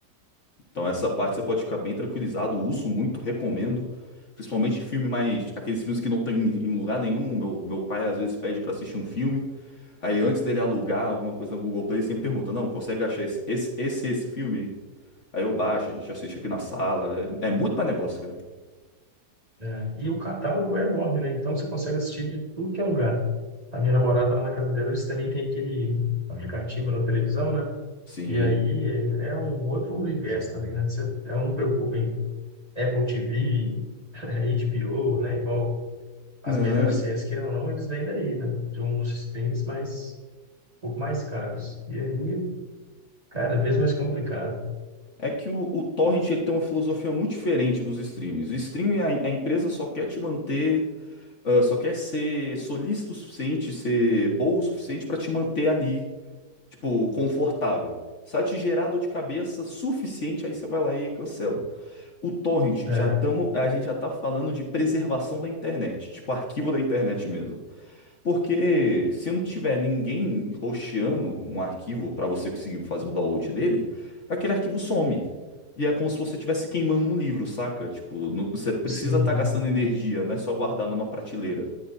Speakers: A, on the left (about 45°); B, on the right (about 25°).
A: Então essa parte você pode ficar bem tranquilizado. Uso muito, recomendo. Principalmente filme mais... Aqueles filmes que não tem em em lugar nenhum. Meu, meu pai às vezes pede pra assistir um filme. Aí antes dele alugar alguma coisa no Google Play, ele sempre pergunta, não, consegue achar esse, esse, esse, esse filme? Aí eu baixo, a gente assiste aqui na sala. É, é muito mais negócio, cara.
B: é. E o catálogo é enorme, né? Então você consegue assistir de tudo que é lugar. A minha namorada lá na casa dela, eles também têm aquele aplicativo na televisão, né?
A: Sim.
B: E aí é é um outro universo também, né? Você, ela não preocupa em Apple TV, HBO, <laughs> né? Igual as
A: Não.
B: melhores séries, que ou não, eles vêm daí, né? De uns streams mais, um pouco mais caros. E aí, cada vez mais complicado.
A: É que o, o torrent ele tem uma filosofia muito diferente dos streams. O streaming, a, a empresa só quer te manter, ah, só quer ser solícito o suficiente, ser boa o suficiente para te manter ali, tipo, confortável. Se ela te gerar dor de cabeça suficiente, aí você vai lá e cancela. O torrent,
B: É,
A: já tamo, a gente já tá falando de preservação da internet, tipo arquivo da internet mesmo. Porque se não tiver ninguém hosteando um arquivo para você conseguir fazer o download dele, aquele arquivo some. E é como se você estivesse queimando um livro, saca? Tipo, no- você precisa
B: sim.
A: estar gastando energia, não é só guardar numa prateleira.